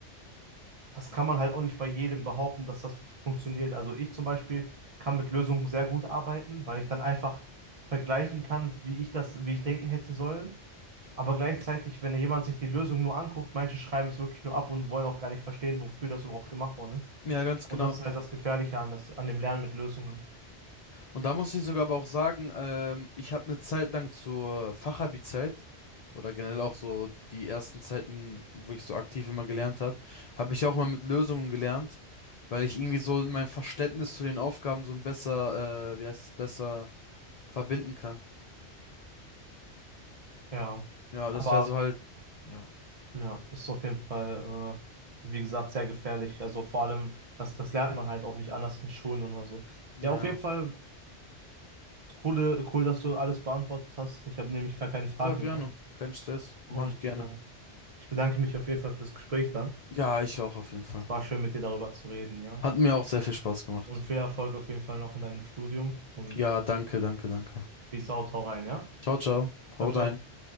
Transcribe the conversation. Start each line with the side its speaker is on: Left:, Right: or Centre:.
Right: das kann man halt auch nicht bei jedem behaupten, dass das funktioniert. Also ich zum Beispiel kann mit Lösungen sehr gut arbeiten, weil ich dann einfach vergleichen kann, wie ich das, wie ich denken hätte sollen Aber gleichzeitig, wenn jemand sich die Lösung nur anguckt, manche schreiben es wirklich nur ab und wollen auch gar nicht verstehen, wofür das überhaupt gemacht worden ist.
Left: Ja, ganz genau.
Right: Und das ist halt das Gefährliche an, das, an dem Lernen mit Lösungen.
Left: Und da muss ich sogar aber auch sagen, ähm, ich habe eine Zeit lang zur Fachabi-Zeit oder generell auch so die ersten Zeiten, wo ich so aktiv immer gelernt habe, habe ich auch immer mit Lösungen gelernt, weil ich irgendwie so mein Verständnis zu den Aufgaben so ein besser, äh, wie heißt es, besser verbinden kann.
Right: Ja.
Left: Ja, das
Right: Aber
Left: wäre so halt. Ja.
Right: ja, das ist auf jeden Fall, äh, wie gesagt, sehr gefährlich. Also vor allem, das, das lernt man halt auch nicht anders in Schulen oder so.
Left: Ja.
Right: Ja, auf jeden Fall, coole, cool, dass du alles beantwortet hast. Ich habe nämlich gar keine Frage
Left: Ja, gerne.
Right: mehr.
Left: Kein Stress.
Right: Und
Left: Mache ich gerne.
Right: äh, ich bedanke mich auf jeden Fall fürs Gespräch dann.
Left: Ja, ich auch auf jeden Fall.
Right: Es war schön, mit dir darüber zu reden, ja.
Left: Hat mir auch sehr viel Spaß gemacht.
Right: Und viel Erfolg auf jeden Fall noch in deinem Studium und
Left: Ja, danke, danke, danke.
Right: Peace out, hau rein, ja?
Left: Ciao, ciao. Hau
Right: Ciao, ciao.
Left: rein.